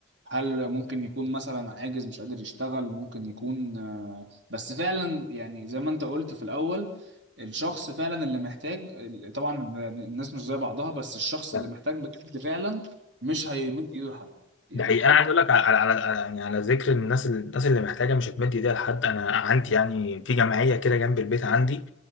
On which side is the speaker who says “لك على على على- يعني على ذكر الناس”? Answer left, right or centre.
Left